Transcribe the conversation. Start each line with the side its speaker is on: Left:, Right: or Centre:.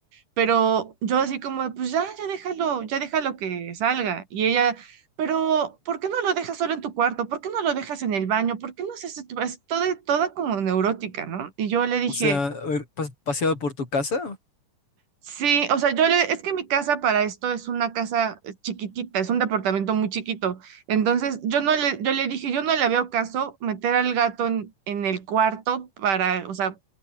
Right: Pero yo así como, de, pues ya, ya déjalo, ya déjalo que salga. Y ella, pero ¿por qué no lo dejas solo en tu cuarto? ¿Por qué no lo dejas en el baño? ¿Por qué no haces esto?". Es toda, toda como neurótica, ¿no? Y yo le dije,
Left: O sea, a ver, pas- paseado por tu casa.
Right: sí, o sea, yo le, es que mi casa para esto es una casa eh, chiquitita, es un departamento muy chiquito. Entonces yo no le, yo le dije, yo no le veo caso meter al gato en, en el cuarto para, o sea,